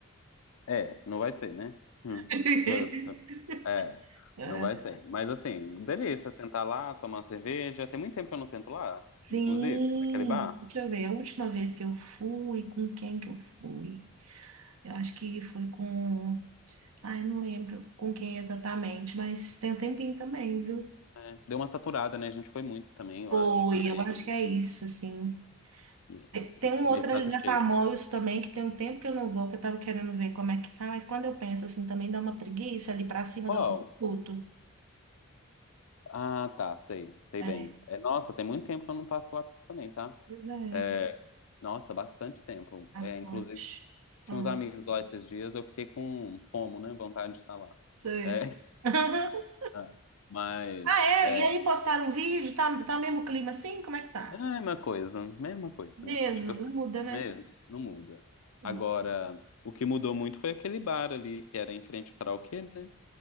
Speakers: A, on the left (about 75°); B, on the right (about 80°).
A: é, não vai ser, né? Hum.
B: <laughs>
A: <laughs> É,
B: É.
A: não vai ser. Mas assim, delícia sentar lá, tomar uma cerveja. Tem muito tempo que eu não sento lá,
B: Sim,
A: inclusive, naquele bar.
B: deixa eu ver. A última vez que eu fui, com quem que eu fui? Eu acho que foi com. Ai, eu não lembro com quem exatamente, mas tem um tempinho também, viu?
A: É, deu uma saturada, né? A gente foi muito também, eu
B: Foi,
A: acho. E, aí-
B: eu acho que é isso, assim.
A: e-
B: Te-
A: e
B: Tem
A: ficou
B: um outro
A: meio de saco
B: ali na
A: cheio.
B: Tamoios também, que tem um tempo que eu não vou, que eu tava querendo ver como é que tá, mas quando eu penso assim, também dá uma preguiça ali pra cima
A: Qual?
B: do viaduto.
A: Ah, tá, sei, sei
B: É,
A: bem. É, nossa, tem muito tempo que eu não passo lá também, tá?
B: pois é,
A: É, nossa, bastante tempo.
B: bastante.
A: É, inclusive, tinha
B: Hum.
A: uns amigos lá esses dias, eu fiquei com fomo, né? Vontade de estar lá.
B: Sei.
A: É,
B: <laughs>
A: <laughs> mas
B: Ah, é?
A: é,
B: E aí postaram um vídeo, tá, tá mesmo clima assim? Como é que tá?
A: é a mesma coisa, mesma coisa.
B: Mesmo,
A: Tipo
B: não muda, né?
A: É, não muda.
B: Hum,
A: Agora, o que mudou muito foi aquele bar ali, que era em frente ao karaokê, né?